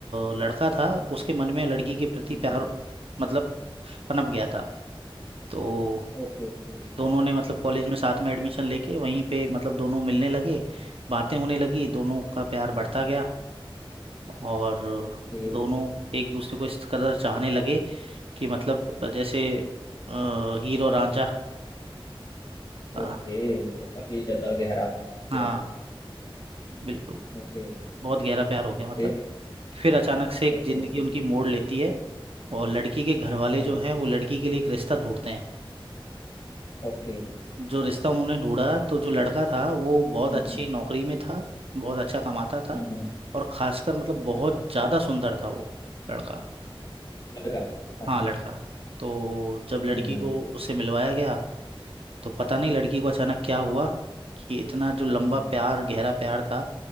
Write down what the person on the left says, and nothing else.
हम्म
हम्म।
Okay okay
हम्म,
ओके
ओके मतलब काफी ज्यादा गहरा
यार
ओके
फिर
Okay
okay
अच्छा
ओके
हम्म
हम्म हम्म,
अच्छा
लड़का अच्छा
हम्म हम्म
हम्म